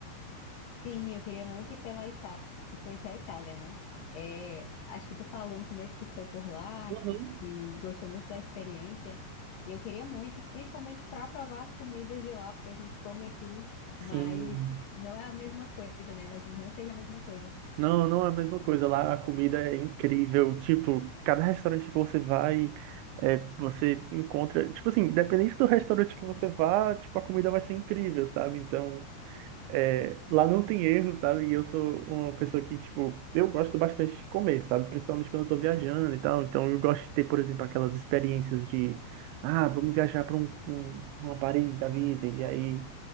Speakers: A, on the left; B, on the right.
A: Sim, eu queria muito ir pela Itália e conhecer a Itália, né? É, acho que tu falou no começo que foi por lá,
B: Uhum.
A: que, que gostou muito da experiência. E eu queria muito, principalmente para provar as comidas de lá, porque a gente come aqui, mas
B: Sim.
A: não é a mesma coisa, né? Imagino que não seja a mesma coisa.
B: Não, não é a mesma coisa. Lá a comida é incrível. Tipo, cada restaurante que você vai, é, você encontra. Tipo assim, independente do restaurante que você vá, tipo, a comida vai ser incrível, sabe? Então, é, lá não tem erro, sabe? E eu sou uma pessoa que, tipo, eu gosto bastante de comer, sabe? Principalmente quando eu tô viajando e tal. Então, eu gosto de ter, por exemplo, aquelas experiências de, ah, vamos viajar para um, um, uma Paris da vida. E aí